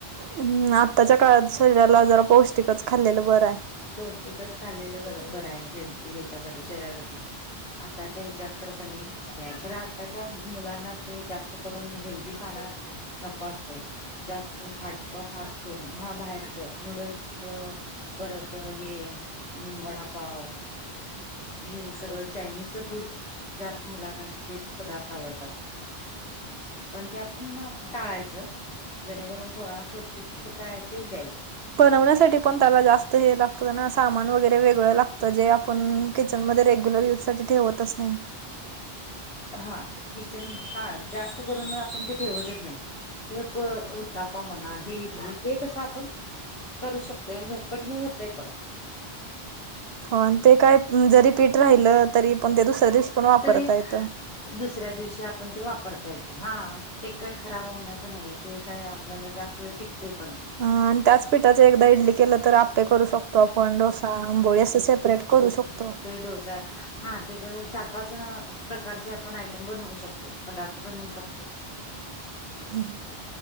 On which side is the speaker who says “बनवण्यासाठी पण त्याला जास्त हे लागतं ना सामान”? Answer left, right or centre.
Right